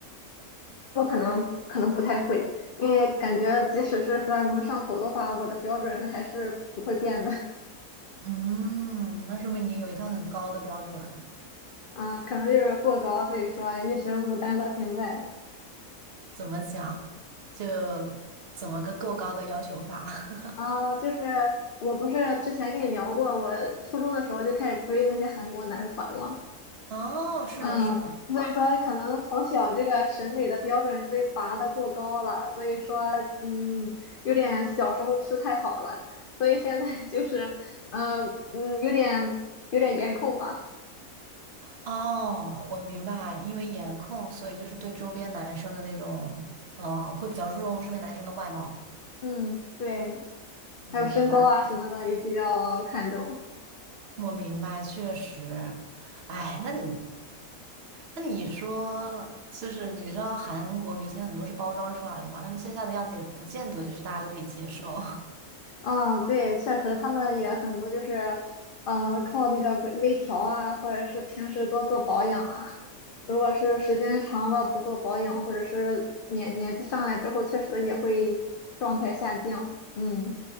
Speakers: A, on the left (about 50°); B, on the right (about 50°).
A: 我可能可能不太会，因为感觉即使是荷尔蒙上头的话，我的标准还是不会变的。
B: 嗯，那说明你有一套很高的标准。
A: 啊，可能就是过高，所以说一直牡丹到现在。
B: 怎么讲？就怎么个够高的要求法？<laughs>
A: 啊，就是我不是之前跟你聊过，我初中的时候就开始追那些韩国男团嘛，
B: 哦，是的，
A: 嗯，
B: 是的，
A: 所以说可能从小这个审美的标准就被拔得过高了，所以说嗯，有点小时候吃太好了，所以现在 <laughs> 就是嗯嗯，有点有点颜控吧，
B: 哦，我明白，因为颜控，所以就是对周边男生的那种，嗯、会比较注重身边男生的外貌。
A: 嗯，对，
B: 我明白，
A: 还有身高啊什么的也比较看重。
B: 我明白，确实，哎，那你，那你说，就是你知道韩国明星很多是包装出来的嘛，他们线下的样子也不见得就是大家都可以接受。<laughs>
A: 嗯，对，确实，他们也很多就是，呃，靠那个微微调啊，或者是平时多做保养啊。如果是时间长了不做保养，或者是年年纪上来之后，确实也会状态下降。嗯，